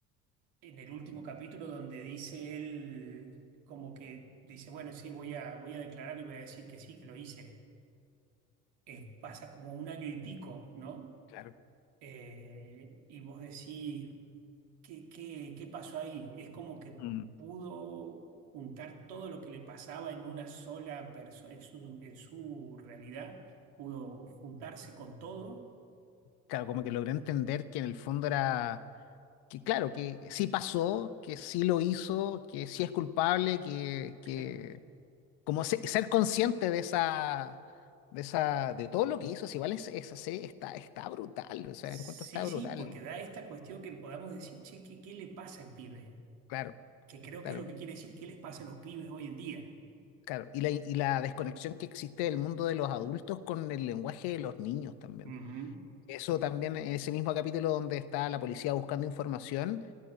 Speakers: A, on the right; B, on the left.
A: el último capítulo donde dice él... como que dice, bueno, sí, voy a, voy a declarar y voy a decir que sí, que lo hice. Eh, pasa como un año y pico, ¿no?
B: claro.
A: eh, y vos decís, ¿qué, qué, qué pasó ahí? Es como que
B: mm,
A: pudo juntar todo lo que le pasaba en una sola persona, en su, en su realidad, pudo juntarse con todo.
B: Claro, como que logré entender que en el fondo era que claro, que sí pasó, que sí lo hizo, que sí es culpable, que, que
A: Claro.
B: como se- ser consciente de esa, de esa, de todo lo que hizo, si vale es es así está, está brutal, o sea,
A: Sí,
B: encuentro está
A: sí,
B: brutal,
A: porque da esta cuestión que podamos decir, che, ¿qué, qué le pasa al pibe?
B: claro,
A: Que creo
B: claro,
A: que es lo que quiere decir, ¿qué les pasa a los pibes hoy en día?
B: claro. Y la, y la desconexión que existe del mundo de los adultos con el lenguaje de los niños también.
A: Ujú.
B: Eso también, en ese mismo capítulo donde está la policía buscando información.